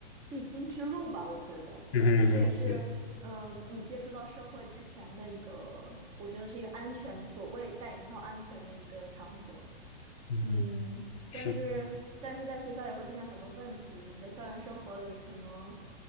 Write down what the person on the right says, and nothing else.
必经之路吧，我觉得这也是嗯、
呃你接触到社会之前的一个，我觉得是一个安全，所谓带引号安全的一个场所。
嗯，
但是但是在学校也会出现很多问题，你在校园生活里可能，